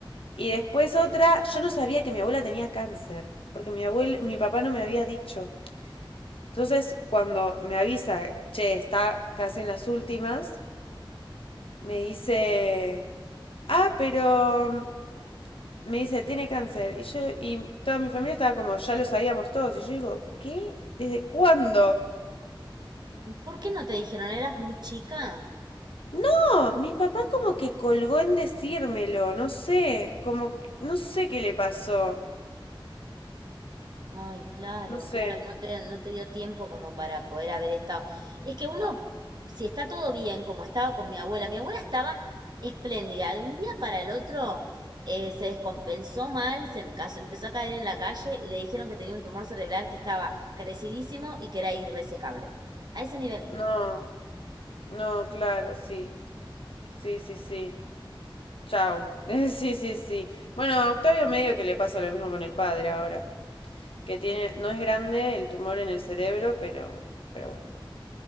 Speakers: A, on the left; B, on the right.
A: Y después otra, yo no sabía que mi abuela tenía cáncer, porque mi abuel, mi papá no me había dicho. Entonces, cuando me avisa, che, está casi en las últimas, me dice, ah, pero mm, me dice, tiene cáncer. Y yo, y toda mi familia estaba como, ya lo sabíamos todos. Y yo digo, ¿qué? ¿Desde cuándo?
B: ¿Por qué no te dijeron? ¿Eras muy chica?
A: No, mi papá como que colgó en decírmelo, no sé, como, no sé qué le pasó,
B: Ay, claro,
A: no sé,
B: claro, no te, no te dio tiempo como para poder haber estado. Es que uno, si está todo bien, como estaba con mi abuela, mi abuela estaba espléndida. De un día para el otro eh, se descompensó mal, se encas- empezó a caer en la calle y le dijeron que tenía un tumor cerebral que estaba crecidísimo y que era irresecable. A ese nivel.
A: no, no, claro, sí, sí, sí, sí. Chau. <laughs> Sí, sí, sí. Bueno, a Octavio medio que le pasa lo mismo con el padre ahora, que tiene, no es grande el tumor en el cerebro, pero, pero bueno.